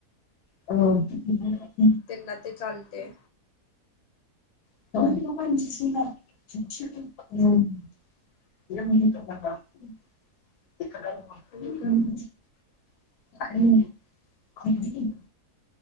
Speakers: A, on the left; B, on the left.
A: ह
B: त्यांना ते चालते
A: हम् हे ्
B: आणि का
A: का